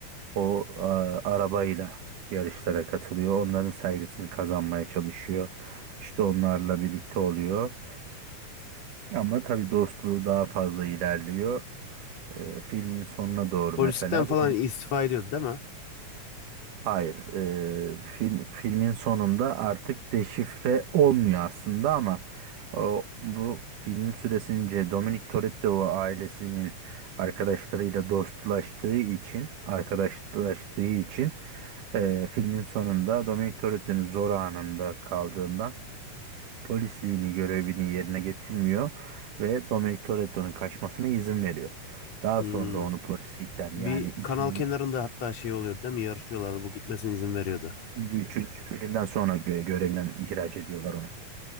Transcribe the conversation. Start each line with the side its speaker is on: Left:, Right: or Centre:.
Right: O e, arabayla yarışlara katılıyor. Onların saygısını kazanmaya çalışıyor. İşte onlarla birlikte oluyor. Ama tabii dostluğu daha fazla ilerliyor. E, filmin sonuna doğru
Left: Polislikten
Right: mesela poli-
Left: falan istifa ediyordu değil mi?
Right: hayır e, film filmin sonunda artık deşifre olmuyor aslında ama o, bu film süresince Dominic Toretto ailesinin arkadaşlarıyla dostlaştığı için arkadaşlaştığı için e, filmin sonunda Dominic Toretto'nun zor anında kaldığından polisliğini görevini yerine getirmiyor ve Dominic Toretto'nun kaçmasına izin veriyor. Daha
Left: Hmm.
Right: sonra onu polislikten
Left: Bir
Right: yani Hmm.
Left: kanal
Right: ikinci,
Left: kenarında hatta şey oluyordu değil mi? Yarışıyorlardı. Bu gitmesine izin veriyordu.
Right: İkinci, üçüncü filmden sonra gö- görevinden ihraç ediyorlar onu.